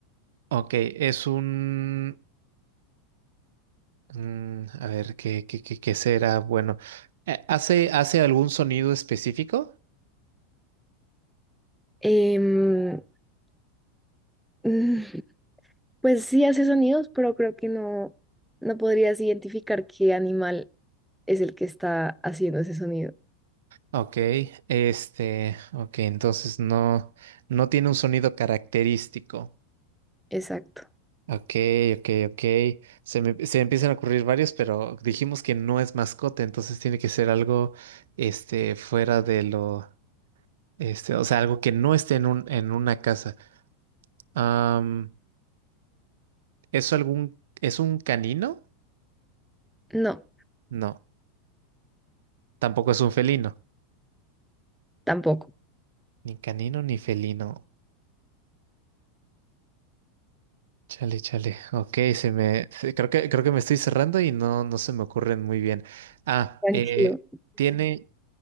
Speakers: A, on the right; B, in the centre.
A: ok, es un... mm, a ver, ¿qué, qué, qué, qué será? Bueno, eh, ¿hace, hace algún sonido específico?
B: Em, <laughs> mm, pues sí hace sonidos, pero creo que no, no podrías identificar qué animal es el que está haciendo ese sonido.
A: Ok, este, ok, entonces no, no tiene un sonido característico.
B: Exacto.
A: Ok, ok, ok. Se me, se me empiezan a ocurrir varios, pero dijimos que no es mascota, entonces tiene que ser algo, este, fuera de lo, este, o sea, algo que no esté en un, en una casa. Am, ¿es algún, es un canino?
B: No,
A: No, tampoco es un felino.
B: tampoco.
A: Ni canino ni felino. Chale, chale. Ok, se me. se- Creo que, creo que me estoy cerrando y no, no se me ocurren muy bien. Ah,
B: Tranquilo.
A: eh, tiene.